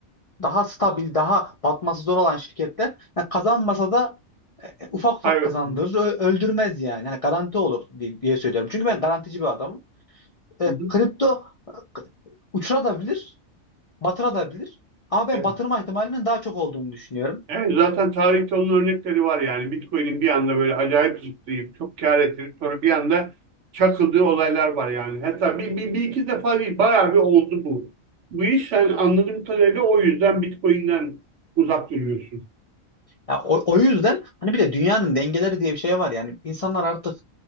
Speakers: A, on the left (about 45°); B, on the right (about 65°).
A: daha stabil, daha batması zor olan şirketler yani kazanmasa da e, e, ufak ufak
B: Hayır.
A: kazandırır, ö- öldürmez yani. Hani garanti olur diye, diye söylüyorum. Çünkü ben garantici bir adamım. E,
B: Hı hı.
A: kripto e, uçurabilir, batırabilir. Ama ben
B: Evet.
A: batırma ihtimalinin daha çok olduğunu düşünüyorum.
B: Evet, zaten tarihte onun örnekleri var yani. Bitcoin'in bir anda böyle acayip zıplayıp çok kâr ettirip sonra bir anda çakıldığı olaylar var yani. Hatta bir, bir, bir iki defa değil bayağı bir oldu bu. Bu iş sen anladığım kadarıyla o yüzden Bitcoin'den uzak duruyorsun.
A: Ya o, o yüzden hani bir de dünyanın dengeleri diye bir şey var yani insanlar artık